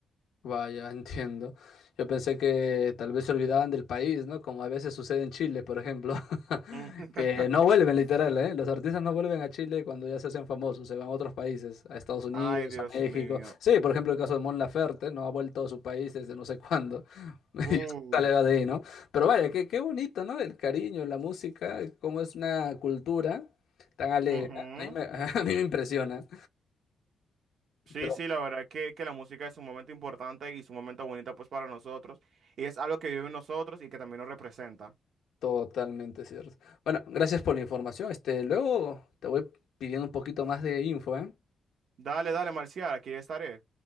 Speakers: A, on the left; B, on the right.
A: Vaya, <laughs> entiendo. Yo pensé que tal vez se olvidaban del país, ¿no? Como a veces sucede en Chile, por ejemplo, <laughs>
B: Mm.
A: que
B: <laughs>
A: no vuelven literal, ¿eh? Los artistas no vuelven a Chile cuando ya se hacen famosos, se van a otros países, a Estados Unidos,
B: Ay, Dios
A: a México.
B: mío.
A: Sí, por ejemplo, el caso de Mon Laferte, no ha vuelto a su país desde no sé cuándo. <laughs>
B: Uh,
A: Y sale de ahí, ¿no? Pero vaya, qué, qué bonito, ¿no? El cariño, la música, cómo es una cultura tan alegre.
B: ujú.
A: A mí me, <laughs> a mí me impresiona.
B: Sí,
A: Pero
B: sí, la verdad que, que la música es un momento importante y es un momento bonito pues para nosotros y es algo que vive en nosotros y que también nos representa.
A: Totalmente cierto. Bueno, gracias por la información. Este, luego te voy pidiendo un poquito más de info, ¿eh?
B: Dale, dale, Marcial, aquí estaré.